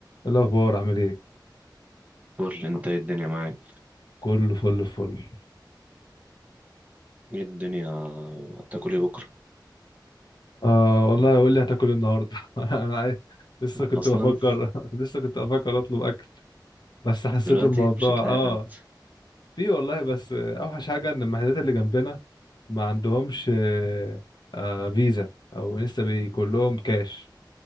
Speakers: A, on the left; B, on the right.
A: إيه الأخبار عامل إيه؟
B: قول انت ايه الدنيا معاك
A: كله فل فل
B: ايه الدنيا هتاكل ايه بكره
A: آه والله قول لي هتاكل إيه النهاردة <laughs> أنا عايز لسه كنت
B: اصلا
A: بفكر <laughs> لسه كنت بفكر أطلب أكل بس حسيت
B: دلوقتي
A: الموضوع
B: مش هتلاقي
A: آه
B: حد
A: في والله بس آه، أوحش حاجة إن المحلات اللي جنبنا ما عندهمش آه آه، فيزا أو لسه بي كلهم كاش